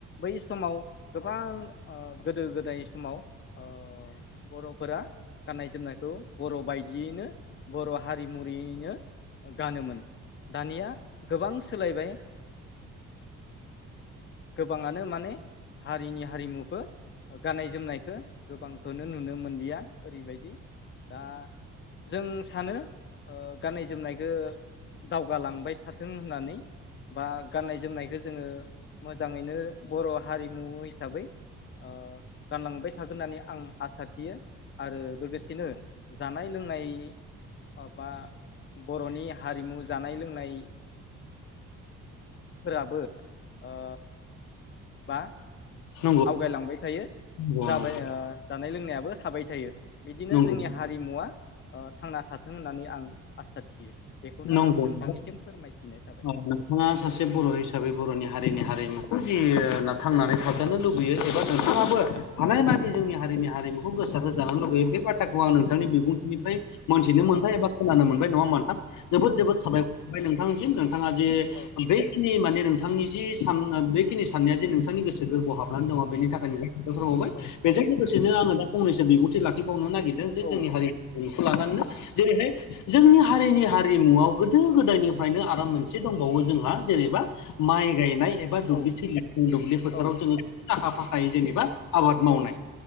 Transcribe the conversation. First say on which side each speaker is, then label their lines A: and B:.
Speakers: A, on the left; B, on the left.
A: बै समाव गोबां ओ गोदो गोदाय समाव ओ बर'फोरा गाननाय-जोमनायखौ बर' बायदियैनो बर' हारिमुरैयैनो गानोमोन दानिया गोबां सोलायबाय। गोबाङानो माने हारिनि हारिमुखो गाननाय-जोमनायखौ गोबांखौनो नुनो मोनलिया। ओरैबायदि दा जों सानो गाननाय-जोमनायखौ ओ दावगालांबाय थाथों होननानै। बा गाननाय-जोमनायखौ जोङो मोजाङैनो बर' हारिमु हिसाबै ओ गानलांबाय थागोन होननानै आं आसा थियो। आरो लोगोसेनो जानाय लोंनाय अ बा बर'नि हारिमु जानाय लोंनाय फोराबो ओ बा
B: नंगौ
A: आवगायलांबाय थायो।
B: नंगौ
A: जाबाय जानाय लोंनायाबो थाबाय थायो। बिदिनो
B: नंगौ
A: जोंनि हारिमुवा ओ थांना थाथों होननानै आं आसा थियो। बेखौनो
B: नंगौ
A: आं
B: नंगौ
A: नोंथांनिसिम फोरमायथिनाय थाबाय।
B: औ नोंथाङा सासे बर' हिसाबै बर'नि हारिनि हारिमुखौ जि थांनानै थाजानो लुुबैयो एबा नोंथाङाबो हानायमानि जोंनि हारिनि हारिमुखौ गोसार होजानो लुगैयो बे बाथ्रा खौ आं नोंथांनि बिबुंथिनिफ्राय मोन्थिनो
A: औ
B: मोनबाय एबा खोनानो मोन बाय नङा
A: औ
B: होमबा नोंथां। जोबोद जोबोद साबायखर नोंथांनिसिम। नोंथाङा जे
A: औ
B: बेखिनि माने नोंथांनि जि सान बेखिनि साननाया जे नोंथांनि गोसो गोरबोआव हाबनानै दङ। बेनि
A: औ
B: थाखायनो साबायखर बावबाय
A: औ
B: बेजों लोगोसेनो
A: औ
B: आङो दा फंनैसो बिबुंथि लाखिबावनो नागिरदों जे
A: औ
B: जोंनि हारि बेखौ लानानैनो जेरैहाय जोंनि हारिनि हारिमुआव गोदो गोदायनिफ्रायनो आरो मोनसे दंबावो जोंहा जेनेबा माइ गायनाय एबा दुब्लिथिलि
A: औ
B: दुब्लि
A: औ
B: फोथाराव जोङो आखा फाखायै जेनेबा आबाद मावनाय।
A: औ